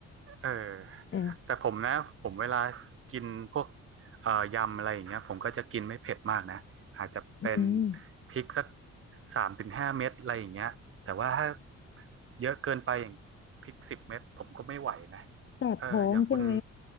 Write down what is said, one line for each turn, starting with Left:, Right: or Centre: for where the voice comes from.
Right: เออ
Left: แต่
Right: แต่ผมนะผมเวลากินพวกเอ่อยำอะไรอย่างเงี้ยผมก็จะกินไม่เผ็ดมากนะอาจจะเป็น
Left: อืม
Right: พริกสักสามถึงห้าเม็ดอะไรอย่างเงี้ยแต่ว่าถ้าเยอะเกินไปอย่างพริกสิบเม็ดผมก็ไม่ไหวนะ
Left: แสบท้องใช่ไหม
Right: เอออย่างคุณ